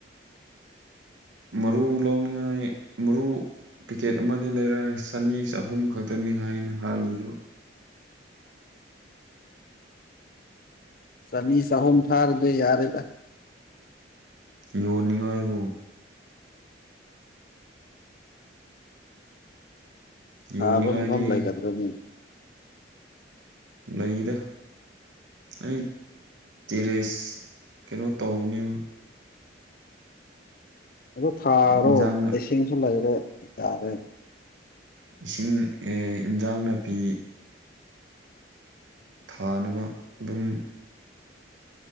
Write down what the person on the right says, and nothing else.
ꯃꯔꯨ ꯂꯧꯅꯤꯡꯉꯥꯏ ꯃꯔꯨ ꯄꯤꯀꯦꯠ ꯑꯃꯗꯤ ꯂꯩꯔ ꯆꯅꯤ ꯆꯍꯨꯝ ꯈꯛꯇꯅꯤ ꯍꯥꯏꯅ ꯍꯥꯜꯂꯤꯗꯣ
ꯌꯣꯟꯅꯤꯡꯉꯥꯏꯕꯨ
ꯌꯣꯟꯅꯤꯡꯉꯥꯏꯅꯤ
ꯂꯩꯗ ꯑꯩ ꯇꯦꯔꯦꯁ ꯀꯩꯅꯣ ꯇꯧꯅꯤꯕ
ꯏꯟꯖꯥꯡꯅ
ꯏꯁꯤꯡ ꯑꯦ ꯏꯟꯖꯥꯡ ꯅꯥꯄꯤ ꯊꯥꯅꯕ ꯑꯗꯨꯝ